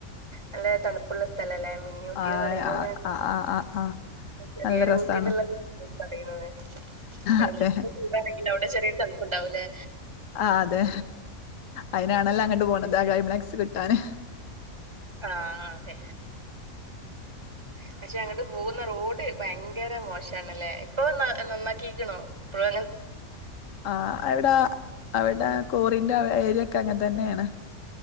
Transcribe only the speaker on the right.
നല്ല തണുപ്പുള്ള സ്ഥലല്ലേ മി മിനി ഊട്ടിന്ന്
പറയുനന്നെ
ചെറിയൊരു
ഊട്ടിന്നുള്ളത് പറയുന്നത് ബെളിൽക്ക്
ചൂടാണെങ്കിലു അവിടെ ചെറിയ തണുപ്പുണ്ടാവൂലേ
ആഹ് അതെ
പക്ഷെ അങ്ങട്ട് പോവുന്ന റോഡ് ഭയങ്കര മോശാണല്ലേ ഇപ്പൊ ന നന്നാക്കീക്കണോ ഇപ്പഴു